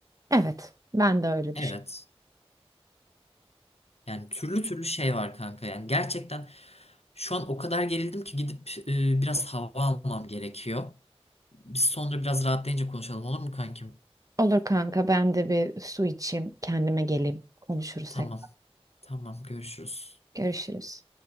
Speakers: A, on the right (about 30°); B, on the left (about 75°).
A: Evet, ben de öyle
B: Evet.
A: düşünüyorum.
B: Yani türlü türlü şey var kanka. Yani gerçekten şu an o kadar gerildim ki gidip e, biraz hava almam gerekiyor. Biz sonra biraz rahatlayınca konuşalım olur mu kankim?
A: Olur kanka ben de bir su içeyim kendime geleyim konuşuruz
B: Tamam.
A: tekrar.
B: Tamam görüşürüz.
A: Görüşürüz.